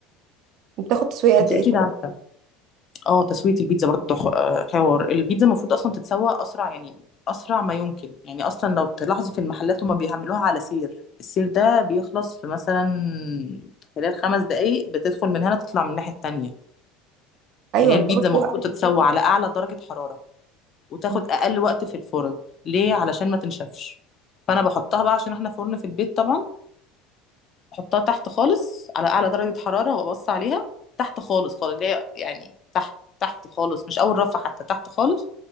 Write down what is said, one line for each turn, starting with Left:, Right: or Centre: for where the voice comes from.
Right: بتاخد تسويه قد
Left: انت
Right: ايه
Left: أكيد
Right: طب
Left: عارفة اه تسوية البيتزا برضه حو- آه، حوار البيتزا المفروض اصلا تتسوى اسرع يعني اسرع ما يمكن يعني اصلا لو تلاحظوا في المحلات هما بيعملوها على سير السير ده بيخلص في مثلا خلال خمس دقايق بتدخل من هنا تطلع من الناحية التانية
Right: ايوه
Left: هي البيتزا
Right: بتاخد
Left: المفروض
Right: وقت
Left: تتسوى على اعلى درجة حرارة وتاخد
Right: مم.
Left: اقل وقت في الفرن ليه علشان ما تنشفش فانا بحطها بقى عشان احنا فرن في البيت طبعا احطها تحت خالص على اعلى درجة حرارة وابص عليها تحت خالص خالص اللي هي يعني تحت تحت خالص مش اول رفعة حتى تحت خالص